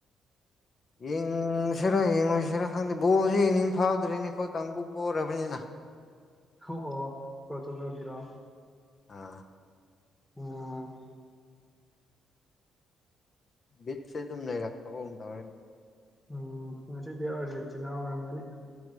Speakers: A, on the left; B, in the centre.
A: ꯌꯦꯡꯅꯤꯡꯁꯤꯔ ꯌꯦꯡꯉꯣꯏꯁꯤꯔ ꯈꯪꯗꯦ ꯕꯣꯜꯖꯦ ꯌꯦꯡꯅꯤꯡ ꯐꯥꯎꯗ꯭ꯔꯦꯅꯦ ꯑꯩꯈꯣꯏ ꯀꯥꯡꯕꯨ ꯄꯣꯔꯕꯅꯤꯅ
B: ꯑꯣ ꯄꯣꯔꯇꯨꯒꯜꯒꯤꯔꯣ
A: ꯑꯥ
B: ꯑꯣ
A: ꯕꯤꯠꯁꯦ ꯑꯗꯨꯝ ꯂꯩꯔꯛꯇꯕꯒꯨꯝ ꯇꯧꯔꯦꯅꯦ
B: ꯎꯝ ꯉꯁꯤꯗꯤ ꯑꯥꯔꯖꯦꯟꯇꯤꯅꯥ ꯑꯣꯏꯔꯝꯒꯅꯤ